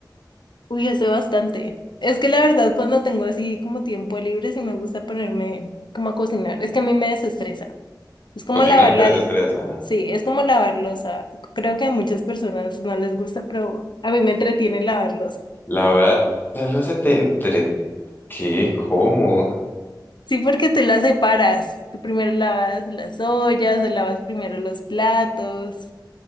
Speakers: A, on the left; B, on the left.
A: Uy, hace bastante. Es que la verdad, cuando tengo así como tiempo libre, sí me gusta ponerme como a cocinar. Es que a mí me desestresa. Es como
B: Cocinar
A: lavar
B: te
A: la...
B: desestresa.
A: Sí, es como lavar loza. Creo que a muchas personas no les gusta, pero a mí me entretiene lavar loza.
B: Lavar la loza te entre... ¿Qué? ¿Cómo?
A: Sí, porque tú la separas. Tú primero lavas las ollas, o lavas primero los platos.